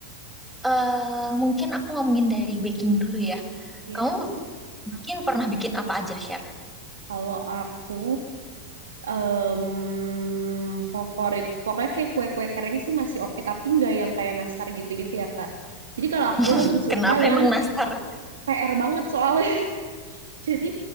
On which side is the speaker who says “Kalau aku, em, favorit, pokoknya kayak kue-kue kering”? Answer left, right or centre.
Right